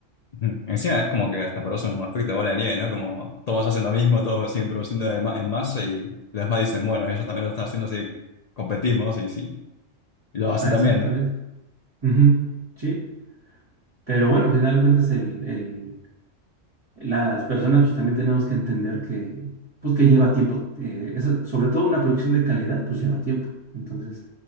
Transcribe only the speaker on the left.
Ujú. Encima es como que hasta produce un efecto de bola de nieve, ¿no? Como todos hacen lo mismo, todos siguen produciendo de ma- en masa y los demás dicen, bueno, ellos también lo están haciendo, así que competimos y sí, y lo hacen
también.